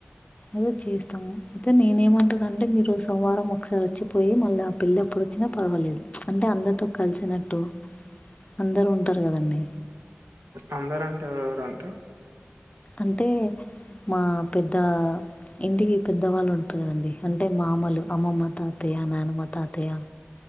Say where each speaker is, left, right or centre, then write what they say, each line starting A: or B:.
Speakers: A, on the left; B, on the right.
A: అద చేస్తాము అయితే నేనే ఏమంటాన అంటే మీరు సోమవారం ఒకసారి వచ్చిపోయి మళ్ళీ పెళ్ళ అప్పుడు వచ్చినా పర్వాలేదు అంటే అందరితో కలిసినట్టు అందరు ఉంటారు కదండి
B: అందరు అంటే ఎవరెవరు ఆంటీ
A: అంటే మా పెద్ద ఇంటికి పెద్దవాళ్ళు ఉంటారు కదండి అంటే మామలు అమ్మమ్మ తాతయ్య నాన్నమ్మ తాతయ్య